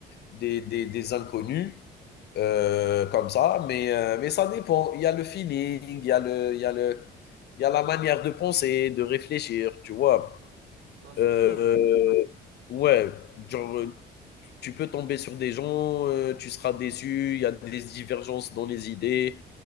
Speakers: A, on the left (about 60°); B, on the right (about 70°).
A: des, des, des, inconnus euh, comme ça, mais, euh, mais ça dépend. Il y a le feeling, il y a, le, il, y a le, il y a la manière de penser, de réfléchir, tu vois.
B: Non, c'est
A: Euh,
B: sûr. hein.
A: Ouais, genre, heu, tu peux tomber sur des gens, heu, tu seras déçu, il y a des divergences dans les idées,